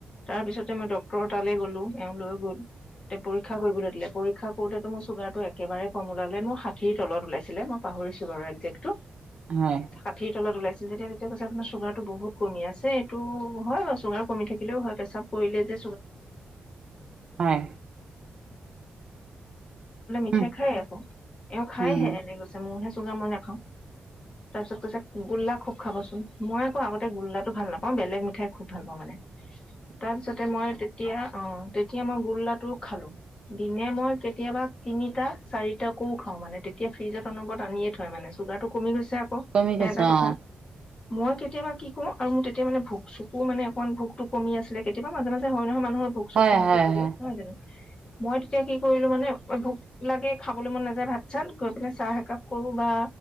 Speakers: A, on the left (about 35°); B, on the right (about 40°).
A: তাৰপিছতে মই ড্টৰ তালৈ গ'লো এওঁ লৈ গ'ল। তে পৰীক্ষা কৰিবলৈ দিলে পৰীক্ষা কৰোতেটো মোৰ চুগাৰ। একেবাৰে কম ওলাল মোৰষাঠিৰ তলত ওলাইছিলে মইাহৰিছো বাৰু একে্
B: হয় হয়
A: ষাঠিৰ তলত ওলাইছে। যেতিয়া তেতিয়া কৈছে আপোনাৰ চুগাৰ টো বহুত কমি আছে এইটো হয় বাৰু চুগাৰ কমি থাকিলেওঁ হয় পেছাব কৰিলে যে।
B: হয়
A: <inaudible>
B: উম
A: ঠেহ খাই আকৌ এওঁ খাইহে
B: উম
A: এনে গৈছে মোৰহে চুঙা মই নাখাওঁ। তাৰপিছত কৈছে গোল্লা খুব খাবচোন মই আকৌ আগতে গোল্লাটো ভাল নাপাওঁ বেলেগ মিঠাই খুব ভাল পাওঁ মানে।
B: উ <inaudible>
A: তাৰপিছতে মই তেতিয়া অঁ। তেতিয়া মই গোল্লাটোও খালোঁ দিনে মই কেতিয়াবা তিনি টা-চাৰিটাকো খাও মানে তেতিয়া ফ্ৰিজত অনবৰত আনিয়ে থয় মানে চুগাৰটো কমি গৈছে। আকৌ সেই
B: কমি গৈছে
A: এটা কথা
B: অ
A: মই কেতিয়াবা কি কৰো আৰু মোৰ তেতিয়া মানে ভোক চুকো মানে অকণমান ভোকতো কমি আছিলে কেতিয়াবা মাজে-মাজে হয় নহয় মা। মানুহৰ ভোক-চোক
B: হয়
A: কমকে
B: হয়
A: লাগে
B: হয়
A: নহয় জানো মই তেতিয়া কি কৰিলো মানে ভোক। লাকে খাবলৈ মন নাযায় ভাত চাত গৈ পিনে চাহ একাপ কৰো বা